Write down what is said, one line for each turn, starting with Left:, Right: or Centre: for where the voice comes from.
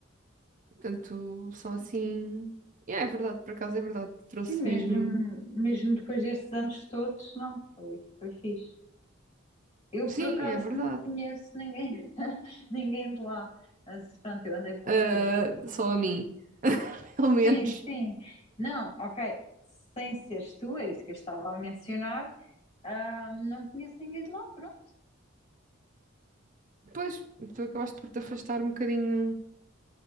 Right: portanto são assim. Yeah, é verdade, por acaso é verdade. Trouxe
Left: Sim, mesmo,
Right: mesmo.
Left: mesmo depois destes anos todos, não, foi, foi fixe. Eu,
Right: Sim,
Left: por acaso,
Right: é verdade.
Left: não conheço ninguém, <laughs> ninguém de lá. Mas, pronto, eu andei pouco
Right: Ah,
Left: tempo.
Right: só a mim, <laughs> pelo menos.
Left: Sim, sim. Não, ok. Sem seres tu, é isso que eu estava a mencionar. Ah, não conheço ninguém de lá, pronto.
Right: Pois, tu acabaste por te afastar um bocadinho